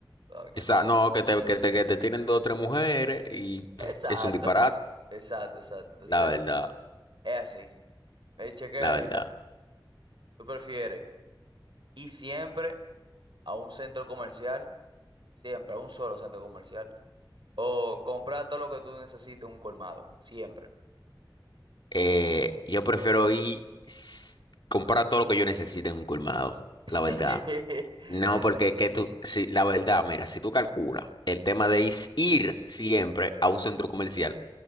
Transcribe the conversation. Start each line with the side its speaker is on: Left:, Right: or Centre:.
Right: Claro que
Left: Esa,
Right: no.
Left: no, que te, que te, que te tienen dos o tres mujeres y pff,
Right: Exacto,
Left: es un disparate.
Right: exacto, exacto. Entonces,
Left: La verdad,
Right: es así. Eh, chequea
Left: la verdad.
Right: esta. ¿Tú prefieres ir siempre a un centro comercial, siempre a un solo centro comercial, o comprar todo lo que tú necesites en un colmado, siempre?
Left: Eh, yo prefiero ir s- comprar todo lo que yo necesite en un colmado, la
Right: <laughs>
Left: verdad. No,
Right: Es-
Left: porque que tú, sí, la verdad, mira, si tú calculas el tema de is- ir siempre a un centro comercial